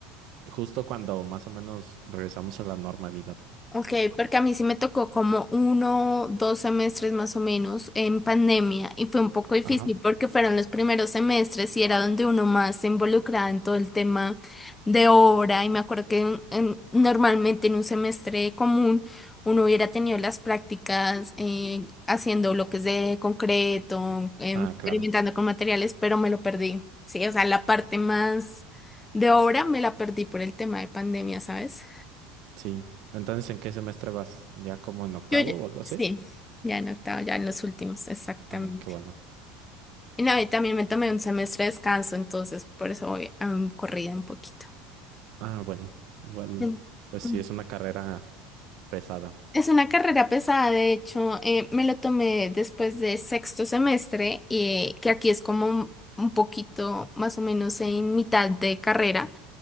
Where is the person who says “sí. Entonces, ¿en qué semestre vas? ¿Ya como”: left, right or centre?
Right